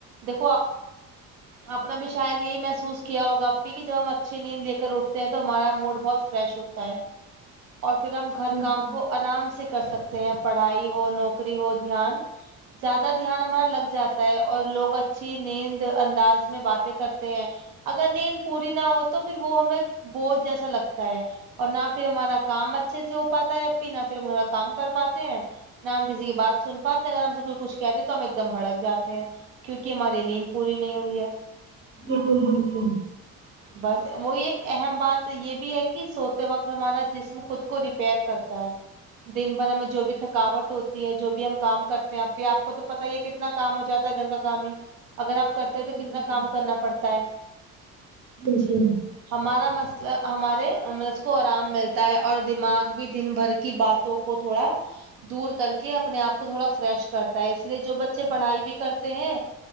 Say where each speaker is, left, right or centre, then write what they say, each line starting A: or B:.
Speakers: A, on the right (about 80°); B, on the right (about 45°).
A: دیکھو آپ نے بھی شاید یہی محسوس کیا ہوگا آپ کی کہ جب ہم اچھی نیند لے کر اٹھتے ہیں تو ہمارا موڈ بہت فریش ہوتا ہے اور پھر ہم گھر
B: بالکل
A: کام کو آرام سے کر سکتے ہیں پڑھائی ہو نوکری ہو دھیان زیادہ دھیان ہمارا لگ جاتا ہے اور لوگ اچھی نیند انداز میں باتیں کرتے ہیں اگر نیند پوری نہ ہو تو پھر وہ ہمیں بہت جیسا لگتا ہے اور نہ پھر ہمارا کام اچھے سے ہو پاتا ہے اب بھی نہ پھر ہما کام کر پاتے ہیں ن ہم کسی کی بات سن پاتے ہیں اگر ہم سے کوئی کچھ کہتے تو ہم ایک دم بھڑک جاتے ہیں کیونکہ ہماری نیند پوری نہیں ہوئی ہے
B: بالکل بالکل
A: بس وہی ایک اہم بات یہ بھی ہے کہ سوتے وقت ہمارا جسم خود کو ریپیئر کرتا ہے دن بھر ہمیں جو بھی تھکاوٹ ہوتی ہے جو بھی ہم کام کرتے ہیں ایپی آپ کو تو پت ہی ہے ک کتنا کام ہو جاتا ہے گھر کا کام ہی اگر آپ کرتے ہیں تو
B: بالکل
A: کتنا کام کرنا پڑتا ہے
B: بالکل
A: جی ہمارا مسلہ ہمارے م کو آرام ملتا ہے اور دماغ بھی دن بھر کی باتوں کو کو تھوڑا دور کر کے اپنے آپ کو تھوڑا فریش کرتا ہے اس لیے جو بچے پڑھائی بھی کرتے ہیں